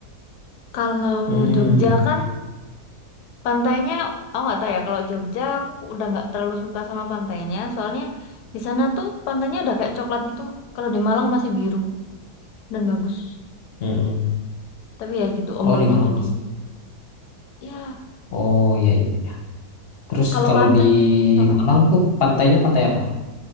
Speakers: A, on the left; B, on the left.
A: Kalau
B: Hmm,
A: Jogja kan pantainya, aku nggak tahu ya. Kalau Jogja aku udah nggak terlalu suka sama pantainya, soalnya di sana tuh pantainya udah kayak coklat gitu. Kalau di Malang masih biru dan bagus.
B: mm-mm.
A: Tapi ya gitu,
B: Oh
A: ombaknya
B: di Malang
A: tinggi.
B: mas.
A: Ya,
B: Oh iya iya. iya. Terus
A: kalau
B: kalau
A: pantai
B: di
A: gitu, heeh,
B: Malang tuh pantainya pantai apa?